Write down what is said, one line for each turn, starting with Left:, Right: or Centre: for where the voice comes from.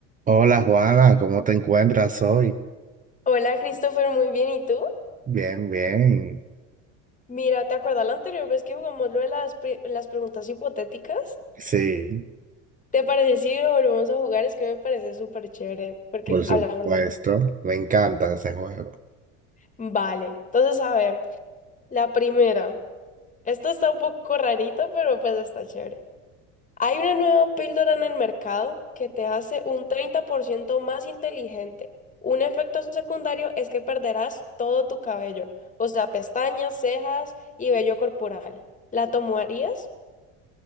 Right: Hola Juana, ¿cómo te encuentras hoy?
Left: Hola Christopher, muy bien. ¿Y tú?
Right: Bien, bien.
Left: Mira, ¿te acuerdas la anterior vez que jugamos lo de las, pre- las preguntas hipotéticas?
Right: Sí,
Left: ¿Te parece si lo volvemos a jugar? Es que me parece súper chévere porque
Right: por supuesto.
Left: hablamos.
Right: Me encanta ese juego.
Left: Vale, entonces a ver, la primera. Esto está un poco rarito, pero pues está chévere. Hay una nueva píldora en el mercado que te hace un 30% más inteligente. Un efecto secundario es que perderás todo tu cabello, o sea, pestañas, cejas y vello corporal. ¿La tomarías?